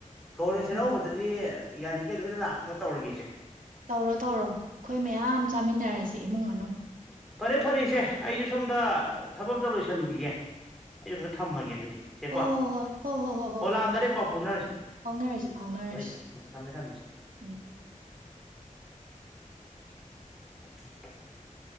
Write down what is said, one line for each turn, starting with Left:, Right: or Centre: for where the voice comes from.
Centre: ꯀꯧꯔ ꯆꯩꯔꯥꯎꯕꯗꯗꯤ
Right: ꯎꯝ
Centre: ꯌꯥꯔꯤ ꯒꯩ ꯂꯣꯏꯅ ꯂꯥꯛꯄꯅꯣ ꯇꯧꯔꯒꯦꯁꯦ
Right: ꯇꯧꯔꯣ ꯇꯧꯔꯣ ꯑꯈꯣꯏ ꯃꯌꯥꯝ ꯆꯥꯃꯤꯟꯅꯔꯁꯤ ꯏꯃꯨꯡ ꯃꯅꯨꯡ
Centre: ꯐꯔꯦ ꯐꯔꯦ ꯏꯆꯦ ꯑꯩꯖꯨ ꯁꯣꯝꯗ ꯊꯕꯛ ꯑꯝꯇ ꯂꯣꯏꯁꯜꯂꯨꯒꯤꯒꯦ ꯑꯩꯖꯨ ꯑꯝꯇ ꯊꯝꯃꯒꯦ ꯑꯗꯨꯗꯤ ꯆꯦꯀꯣ
Right: ꯍꯣ ꯍꯣ ꯍꯣꯏ ꯍꯣ
Centre: ꯍꯣ
Right: ꯍꯣꯏ ꯍꯣꯏ
Centre: ꯂꯥꯛꯑꯝꯗꯥꯏꯗ ꯍꯦꯛ ꯄꯥꯎ ꯐꯥꯎꯅꯔꯖꯤ
Right: ꯐꯥꯎꯅꯔꯁꯤ ꯐꯥꯎꯅꯔꯁꯤ
Centre: ꯍꯣꯏ ꯏꯆꯦ ꯎꯝ ꯊꯝꯃꯦ ꯊꯝꯃꯦ ꯏꯆꯦ
Right: ꯎꯝ
Centre: <unintelligible>